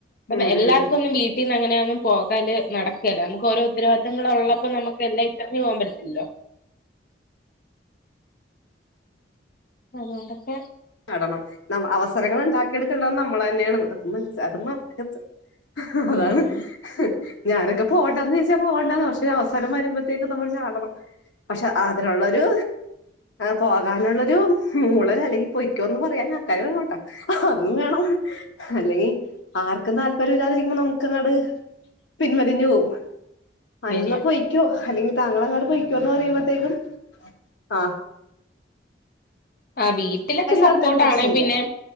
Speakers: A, on the left (about 50°); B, on the left (about 80°).
A: പറഞ്ഞ
B: ഉം
A: എല്ലാർക്കും
B: ഉം
A: ഒന്നും വീട്ടീന്ന് അങ്ങനെയൊന്നും പോകല് നടക്കേല. നമുക്ക് ഓരോ ഉത്തരവാദിത്തങ്ങൾ ഉള്ളപ്പോ നമുക്ക് എല്ലാം ഇട്ടെറിഞ്ഞ് പോവാൻ പറ്റത്തില്ലല്ലോ. അതുകൊണ്ടൊക്കെ
B: നടണം. ഇന്ന അവസരങ്ങൾ ഉണ്ടാക്കിയെടുക്കേണ്ടത് നമ്മൾ തന്നെയാണ്. മനസ് അത് മറക്കരുത്. അതാണ്
A: ഉം
B: ഞാനൊക്കെ പോകണ്ടാന്ന് വിചാരിച്ചാ പോകണ്ടാന്ന. പക്ഷേ അവസാനം വരുമ്പോഴത്തേക്ക് നമ്മള് ചാടണം. പക്ഷെ അതിനുള്ളൊരു പോകാനുള്ളൊരു മൂളൽ അല്ലെങ്കി പൊയ്ക്കോന്ന് പറയാൻ ആൾക്കാര് വേണോട്ടാ. അതും വേണം അല്ലെങ്കി ആർക്കും താല്പര്യം ഇല്ലാതിരിക്കുമ്പോ നമുക്ക് അങ്ങട് പിൻവലിഞ്ഞു പോകും. അതിനെന്താ
A: ശരിയാ
B: പൊയ്ക്കോ അല്ലെങ്കി താങ്കൾ അങ്ങട് പൊയ്ക്കോന്ന് പറയുമ്പോത്തേക്കും ആ
A: ആ വീട്ടിലൊക്കെ സപ്പോർട്ടാണ്
B: പറഞ്ഞാലും പ്രശ്നമില്ല
A: പിന്നെ